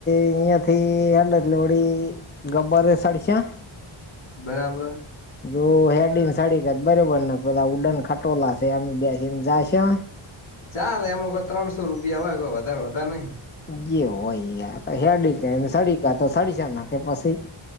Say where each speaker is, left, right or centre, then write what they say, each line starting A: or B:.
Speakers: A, on the left; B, on the left.
A: એયા થઈ હડ ત લોડી ગ્બર સડીશા <unintelligible>
B: બરાબર
A: જો હેડીન સડીક જ બરોબર ને પેલા ઉડન ખટોલા છે અમે બેસીને જ છે
B: ચાલ એમાં કોઈ ત્રણસો રૂપિયા હોય કોઈ વધારે વધારે નહિ
A: જે હોય ય શડી કે સડીકા તો સડીસા ના કે પછી